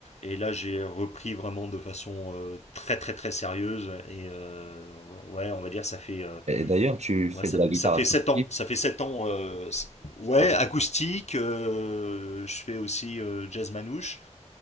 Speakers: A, on the left; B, on the right.
A: Et là, j'ai repris vraiment de façon euh, très très très sérieuse. Et euh, ouais, on va dire, ça fait euh,
B: Et d'ailleurs, tu
A: Ouais,
B: fais
A: ça,
B: de la
A: fait,
B: guitare
A: ça fait
B: acoustique.
A: 7 ans. Ça fait 7 ans. euh, c- ouais,
B: hein,
A: acoustique. euh, je fais aussi euh, jazz manouche.